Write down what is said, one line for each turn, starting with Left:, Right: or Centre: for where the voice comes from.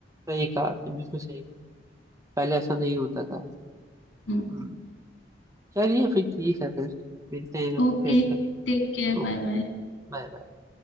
Right: सही कहा आपने, बिल्कुल सही पहले ऐसा नहीं होता था
Left: Hmm,
Right: हम्म, चलिए फिर ठीक है फिर मिलते हैं
Left: Okay
Right: फिर कभी
Left: take care
Right: Okay
Left: Bye bye
Right: bye bye